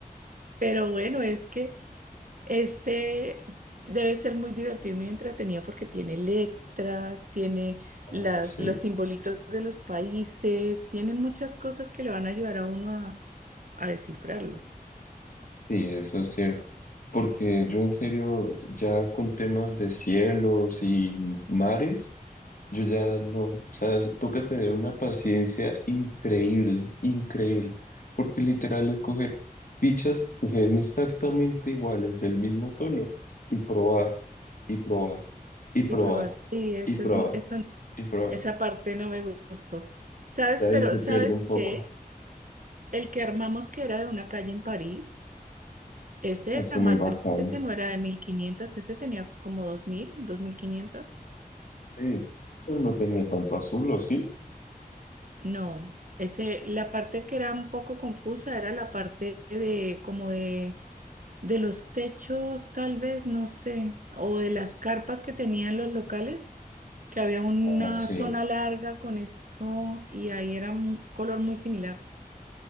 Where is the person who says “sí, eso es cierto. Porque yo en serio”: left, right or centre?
Left